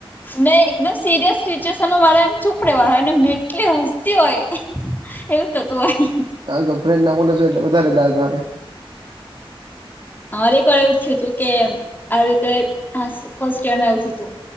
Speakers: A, on the left (about 20°); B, on the right (about 50°).
A: ન એકદમ સિરિયસ સચ્યુએશનમાં મારે એમ ચૂપ રહેેવાનું હોય ને એટલી હસતી હોય એવું તો તો વાહી
B: હ ફ્રેડ ના મોટા એટલે વધારે દાામે <inaudible>
A: હરે પણ એવ થયું તું કે આવી રીતે ફર્સ્ટ યર આવવું તું